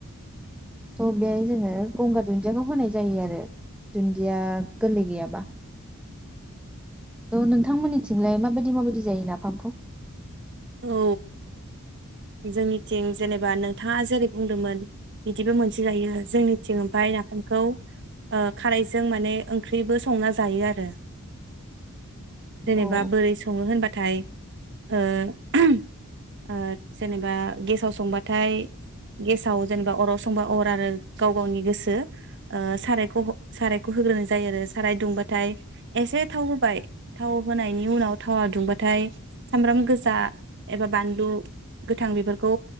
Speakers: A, in the centre; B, on the right.
A: थ' बेहाय जोङो गंगार दुन्दियाखौ होनाय जायो आरो दुन्दिया गोरलै गैयाबा थ' नोंथांमोननिथिंलाय माबायदि माबायदि जायो नाफामखौ
B: औ ओ जोंनिथिं जेनेबा नोंथाङा जेरै बुंदोंमोन बिदिबो मोनसे जायो जोंनिथिं ओमफ्राय नाफामखौ ओ खारैजों माने ओंख्रिबो संना जायो आरो जेनेबा
A: अ
B: बोरै सङो होनबा थाइ ओ ओ जेनेबा गेसाव संबाथाय गेसाव जेनेबा अराव संबा अर आरो गाव गावनि गोसो ओ सारायखौ सारायखौ होग्रोनाय जायो आरो साराय दुंबाथाय एसे थाव होबाय थाव होनायनि उनाव थावा दुंबाथाय सामब्राम गोजा एबा बानलु गोथां बेफोरखौ